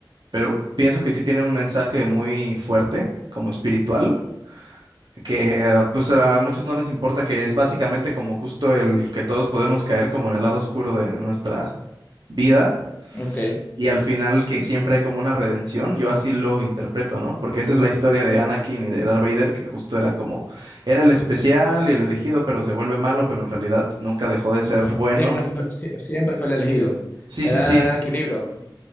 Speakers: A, on the right; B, on the left.
A: pero pienso que sí tiene un mensaje muy fuerte, como espiritual, que eh, pues a muchos no les importa, que es básicamente como justo el que todos podemos caer como en el lado oscuro de nuestra vida
B: Ok.
A: y al final que siempre hay como una redención, yo así lo interpreto, ¿no? Porque esa es la historia de Anakin y de Darth Vader, que justo era como, era el especial y el elegido, pero se vuelve malo, pero en realidad nunca dejó de ser bueno.
B: Siempre fue, sie- siempre fue el elegido.
A: Sí,
B: Era
A: sí, sí.
B: el equilibrio.